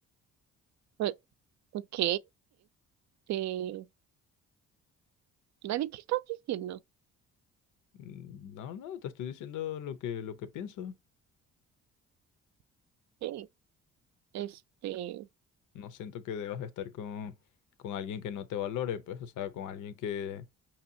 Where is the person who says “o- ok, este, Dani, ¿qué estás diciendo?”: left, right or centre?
Right